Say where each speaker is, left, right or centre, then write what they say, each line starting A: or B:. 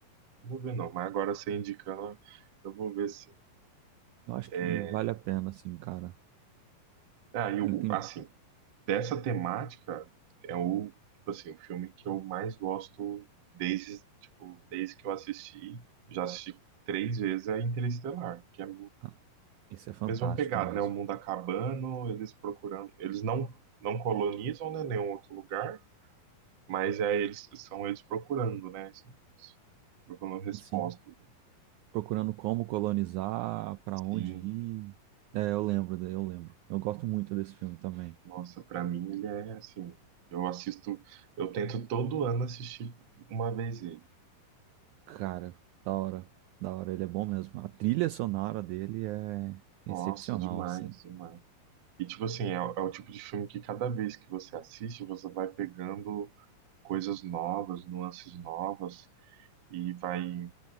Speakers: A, on the right (about 70°); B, on the right (about 90°).
A: não vou ver não. Mas agora você indicando, eu vou ver se.
B: Eu acho
A: É,
B: que vale a pena, assim, cara.
A: aí,
B: Ele
A: o,
B: tem.
A: assim, dessa temática é o, tipo assim, o filme que eu mais gosto desde, tipo, desde que eu assisti. Já assisti três vezes é Interestelar, que é a
B: Ah, esse é fantástico
A: mesma pegada,
B: mesmo.
A: né? O mundo acabando, eles procurando, eles não não colonizam, né, nenhum outro lugar, mas é eles são eles procurando, né? São eles procurando respostas.
B: Sim. procurando como colonizar, pra onde
A: Sim,
B: ir. É, eu lembro, da- eu lembro. Eu gosto muito desse filme também.
A: nossa, pra mim ele é assim, eu assisto, eu tento todo ano assistir uma vez ele.
B: Cara, da hora, da hora, ele é bom mesmo. A trilha sonora dele é excepcional,
A: Nossa, demais,
B: assim.
A: demais. E, tipo assim, é, o é o tipo de filme que cada vez que você assiste, você vai pegando coisas novas, nuances novas, e vai,